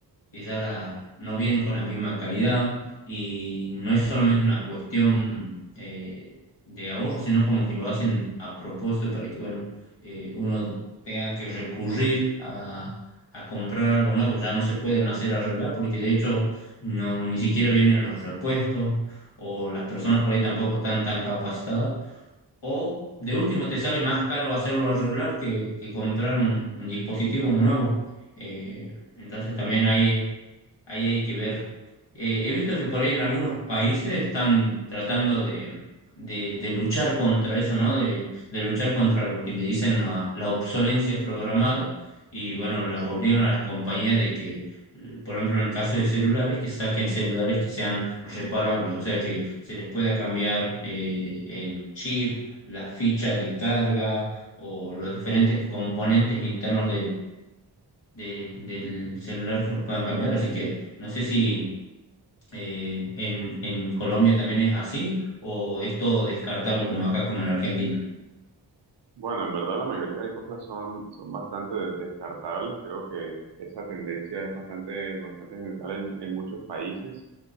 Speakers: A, on the left (about 75°); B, on the right (about 70°).
A: que ya la- no vienen con la misma calidad y no es solamente una cuestión eh, de ahorro, sino como que lo hacen a propósito para que, bueno, eh, uno tenga que recurrir a, a comprar algo nuevo. Ya no se pueden hacer arreglar porque de hecho no, ni siquiera vienen los repuestos o las personas por ahí tampoco están tan capacitadas. O de último te sale más caro hacerlo arreglar que, que comprar un, un dispositivo nuevo. Eh, entonces también ahí Ahí hay que ver. Eh, he visto que por ahí en algunos países están tratando de, de- de luchar contra eso, ¿no? De, de luchar contra lo que le dicen la, la obsolencia programada y bueno, les
B: Sí,
A: obligan a las compañías de que, eh, por ejemplo, en el caso de celulares, que saquen celulares que sean reparables, o sea, que se les pueda cambiar eh, el chip, las fichas de carga o los diferentes componentes internos de- del celular que los puedan cambiar. Así que no sé si eh, en, en Colombia también es así o es todo descartable como acá, como en Argentina.
B: Bueno, en verdad la mayoría de cosas son, son bastante de- descartables. Creo que esa tendencia es bastante, bastante general en, en muchos países.